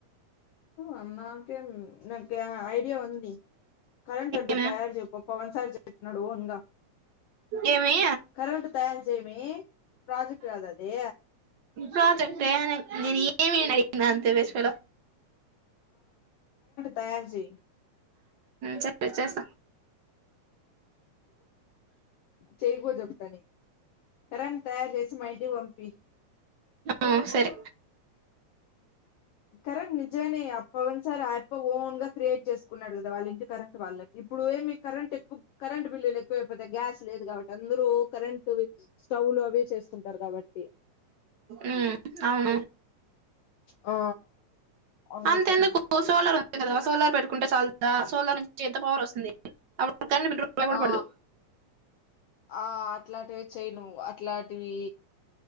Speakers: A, on the left (about 80°); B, on the right (about 65°).
A: అ నాకెం నాక్యా ఐడియా ఉంది. కరెంట్ అంత
B: ఏమే
A: తయారు చేయపో పవన్ సార్ చెప్పినడు ఓన్గా
B: ఏమి
A: కరెంట్ తయారు చేయి అమ్మి ప్రాజెక్ట్ కాదా అది.
B: ఇంకా చెప్పే నేను ఏమి అని అడిగిన అంతే వేస్ట్ పెల్లో
A: తయారుచేయి
B: సరే చేస్తా
A: చేయకు చెప్తా నీకు కరెంట్ తయారు చేసి మాఇంటికి పంపి
B: ఆ సరే
A: కరెంట్ నిజనే పోయినసారి అయ్యప్ప ఓన్గా. క్రియేట్ చేసుకున్నాడు కదా వాళ్ళ ఇంటి కరెంట్ వాళ్లకి ఇప్పుడు ఏమి కరెంట్ ఎక్కు కరెంట్ బిల్లు ఎక్కువ అయిపోతాయి గ్యాస్ లే లేద్ గాబట్టి అందరూ ఓ కరెంటు స్టవ్ లు అవి చేసుకుంటారు కాబట్టి
B: ఉమ్ అవును
A: ఆ అందుకే
B: అంత ఎందుకు సోలార్ ఉంద్ కదా సోలార్ పెట్టుకుంటే చాలుదా సోలార్ నుంచి ఎంత పవర్ వస్తుంది అప్ డ్ కరెంటు బిల్ రూప్ రూపాయి కూడా
A: ఆ
B: పడదు
A: ఆ అట్లాంటివి చెయ్ ను అట్లాంటివి